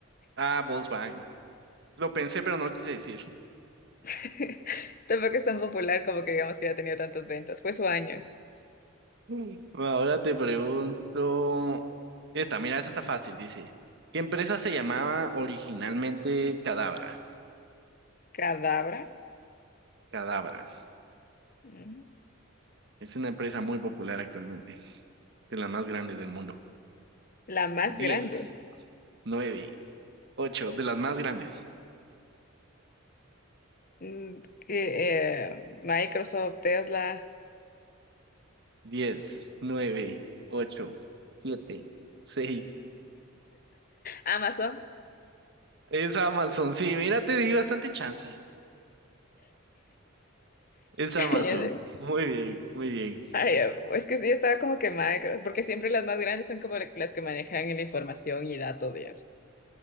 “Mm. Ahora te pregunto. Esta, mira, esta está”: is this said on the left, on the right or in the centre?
Right